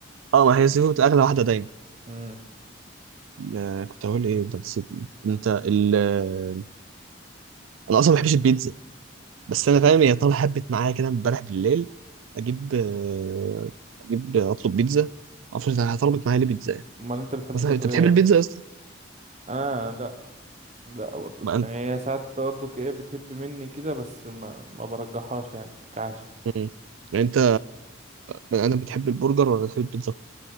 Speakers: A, on the right; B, on the right.
A: اه ما هي السي فود اغلى واحده دايما
B: مم.
A: آه، كنت هقول ايه انت نسيتني انت ال... آه، انا اصلا ما بحبش البيتزا بس انا فاهم هي طالعه حبت معايا كده امبارح بالليل اجيب آه، اجيب اطلب بيتزا ما اعرفش انت طلبت معايا ليه بيتزا
B: امال انت بتحب
A: مثلا
B: تاكل
A: انت بتحب
B: ايه يابا
A: البيتزا يا اسطى
B: انا لا لا برضه
A: بقى انت
B: يعني هي ساعات برضه ايه بتهب مني كده بس ما, ما برجحهاش يعني كعشا
A: مم. يعني انت بقى انا بتحب البرجر ولا بتحب البيتزا اكتر